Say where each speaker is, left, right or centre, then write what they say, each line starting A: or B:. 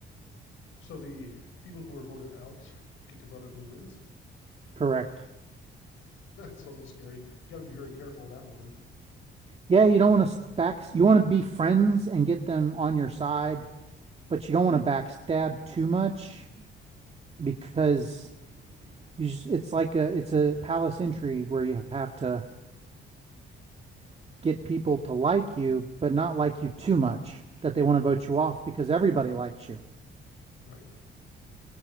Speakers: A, on the left; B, on the right.
A: So the people who were voted out get to vote on who wins.
B: Correct.
A: <laughs> That's a little scary. You got to be very careful with that one then.
B: Yeah, you don't want to back you want to be friends and get them on your side, but you don't want to backstab too much because you just, it's like a it's a palace intrigue where you have to get people to like you but not like you too much that they want to vote you off because everybody likes you.
A: Right.